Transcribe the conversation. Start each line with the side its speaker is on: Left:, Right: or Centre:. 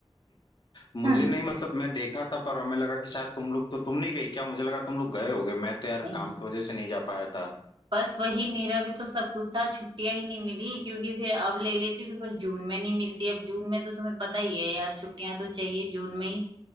Left: मुझे
Right: हम्म।
Left: नहीं मतलब मैं देखा था पर हमें लगा कि शायद तुम लोग तो तुम नहीं गई क्या मुझे लगा तुम लोग गए होगे मैं तो यार
Right: नहीं
Left: काम की वजह से नहीं जा पाया था
Right: बस वही मेरा भी तो सब कुछ था छुट्टियां ही नहीं मिली क्योंकि फिर अब ले लेती तो फिर जून में नहीं मिलती अब जून में तो तुम्हें पता ही है यार छुट्टियां तो चाहिए जून में ही